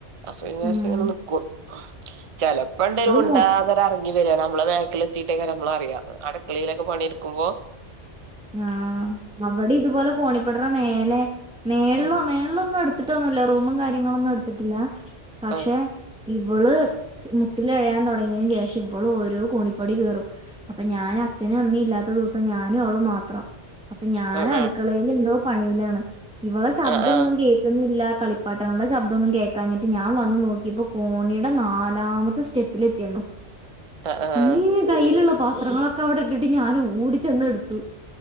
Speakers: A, on the right; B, in the centre.
A: അപ്പൊ വിചാര്ച്ചങ്ങനെ
B: ഉം
A: നിക്കും ചെലപ്പണ്ടരു
B: ഇപ്പളും
A: മുണ്ടാതെ
B: മൊ
A: തെ എർങ്ങി വരൊ നമ്മളെ ബേക്കിലത്തിയിട്ടൊക്കെ നമ്മള അറിയാം അടുക്കളിയിലൊക്കെ പണിഎടുക്കുമ്പോ
B: ആ അവടീം ഇതുപോലെ കോണിപ്പെടെടെ മേലെ മേളള്
A: ആഹ്
B: മേ ളൊന്നും എടുത്തിട്ടൊന്നുല്ല റൂമും കാര്യങ്ങളൊന്നും എടുത്തിട്ടില്ല പക്ഷെ?
A: ആഹ്
B: ഇവള് മുട്ടിലഴയാൻ തൊടങ്ങിയേന് ശേഷം ഇവള് ഓരോ കോണിപ്പടി കയറും. അപ്പ ഞാന് അച്ഛനും അമ്മിം ഇല്ലാത്ത ദിവസം ഞാനും അവളും മാ ത്രം അപ്പം ഞാൻ
A: ആഹ്
B: അട്ക്കളേല് എന്തോ പണിയിലാണ് ഇവളെ ശബ്ദം
A: ആഹ്
B: ഒന്നും കേ- ല്ല കളിപ്പാട്ടങ്ങളുടെ ശബ്ദമൊന്നും കേൾക്കാഞ്ഞിട്ട് ഞാൻ വന്നു നോക്കിയപ്പോ കോണിയുടെ നാലാമത്തെ സ്റ്റെപ് സ്റ്റെപ്പിലെത്തിന്നു
A: ആഹ്
B: അമ്മേ കയ്യിലുള്ള പാ ത്രങ്ങളൊക്കെ അവ്ടെ ഇട്‌ട്ട് ഞാൻ ഓടി ചെന്നെടുത്തു.